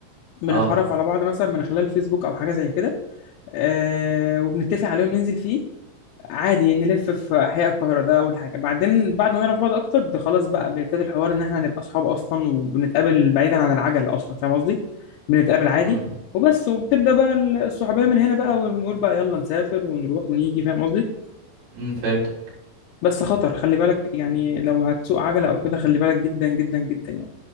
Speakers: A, on the left; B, on the right.
A: بنتعرف
B: اه
A: على بعض مثلا من خلال فيسبوك او حاجه زي كده آه وبنتفق عليهم ننزل فيه عادي نلف في احياء القاهره ده اول حاجه بعدين بعد ما نعرف بعض اكتر ب- خلاص بقى بيبتدي الحوار ان احنا نبقى اصحاب اصلا وبنتقابل بعيدا عن العجل اصلا فاهم قصدي بنتقابل عادي
B: امم
A: وبس وبتبدا بقى الصحوبيه من هنا بقى ونقول بقى يلا نسافر ونروح ونيجي فاهم قصدي
B: امم فهمت
A: بس خطر خلي بالك يعني لو هتسوق عجلة أو كده خلي بالك جدا جدا جدا يعني